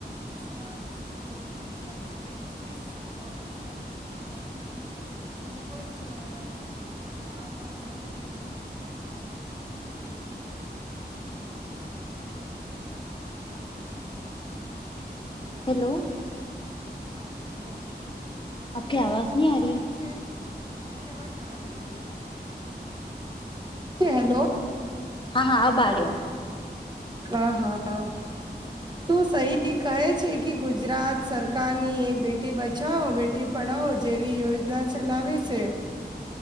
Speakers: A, on the right; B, on the left.
A: સ્માર્ટ સ્સ્કૂલ લડકિયા માટે વિશેષ સ્લો સ્કોલરશિપ પણ બી. ખૂબ જ પણ ગામમાં કંઈને કંઈ સમસ્યાશે એના.
B: હેલો.
A: હા હેલો.
B: આપકી આવાજ
A: હા
B: ન આ
A: સહી
B: રહી હ
A: છે. મેરી આવાજ આ રહી અભી હેલો.
B: હા હા આ બાર.
A: હા હા. તો સહી કહે છે કે ગુજરાત સરકારની એક બેટી બચાવો બે. ટી પડાવો જેવી યોજના ચલાવે છે.